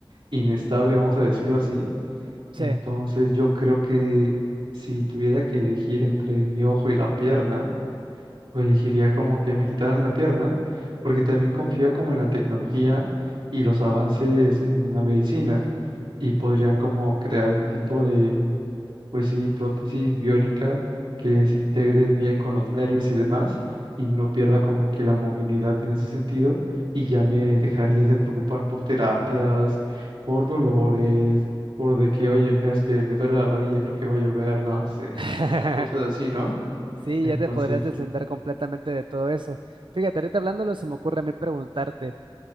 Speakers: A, on the right; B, on the right.
A: inestable, vamos a decirlo así. Entonces,
B: Sí.
A: yo creo que si tuviera que elegir entre mi ojo y la pierna, o elegiría como que me quitaran la pierna, porque también confío como en la tecnología y los avances en la medicina y podrían como crear un tipo de pues sí, prótesis biónica que se integre bien con los nervios y demás y no pierda como que la movilidad en ese sentido y ya me dejaría de preocupar por terapias, por dolores, por de que, oye, mira, es que me duele la rodilla, creo que va a llover, no sé,
B: <laughs>
A: o sea, cosas así, ¿no?
B: Sí,
A: Entonces,
B: ya te podrías deslindar completamente de todo eso. Fíjate, ahorita hablándolo, se me ocurre a mí preguntarte,